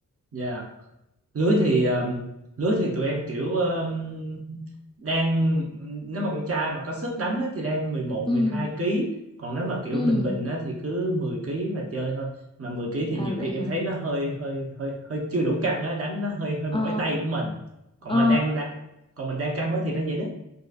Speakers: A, on the right; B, on the left.
A: dạ lưới thì um, lưới thì tụi em kiểu um, đang nếu mà con trai mà có sức đánh á, thì đang 11
B: ừ
A: 12 ký, còn nếu mà kiểu
B: ừ
A: bình bình á, thì cứ 10 ký mà chơi thôi mà 10 ký thì
B: à
A: nhiều
B: vậy
A: khi em
B: hả
A: thấy nó hơi hơi hơi hơi chưa đủ căng á đánh nó hơi hơi
B: ờ
A: mỏi tay của mình còn
B: ờ
A: mà đang đang- còn mình đang căng quá thì nó dễ